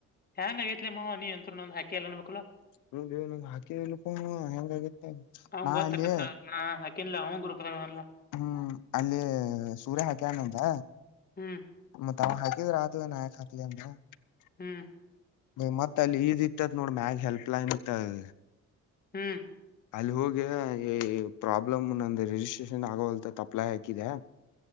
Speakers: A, on the left; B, on the left.
A: ಹ್ಯಾಂಗ ಆೈತಿಲಿಮ್ಮ ನೀ ಅಂತೂ ನಂದು ಹಾಕಿ ಎಲ್ಲ ಅನ್ಬೇಕುಾ <unintelligible>
B: ಹ ಹಾಕಿದಲ್ಲ ಪ ಹೆಂಗಗತ್ತೆ
A: ಅವಂಗ
B: ನಾ
A: ಗೊತ್ತಾಕತ್ತ
B: ಅಲ್ಲಿಯೇ
A: ನಾ ಹಾಕಿನ್ಲ ಅವ ಗ್ರೂಪ್ದಾಗಲ್ಲ
B: ಹ್ಮ್ ಅಲ್ಲಿ ಸೂರ್ಯ ಹಾಕೆ ಅನ್ನದ
A: ಹ್ಮ್
B: ಮತ್ತ ಹಕ ರಾತ ನಯಾಕತ್ಲಿ ಅಂದ <unintelligible>
A: ಹ್ಮ್
B: ಮತ್ತತ್ ಅಲ್ಲಿ ಈ್ ಇತ್ತದ ನೋಡ ಮ್ಯಾಗ ಹೆಲ್ಪ್ಲೈನ್ ಇತ್ತದ
A: ಹ್ಮ್
B: ಅಲ್ಲಿ ಹೋಗಿ ಈ ಪ್ರಾಬ್ಲಮ್ ನಂದು ರಿಜಿಸ್ಟ್ರೇಷನ್ ಆಗೋಲ್ತ ತಪ್ಲೈ ಹಾಕಿದೆ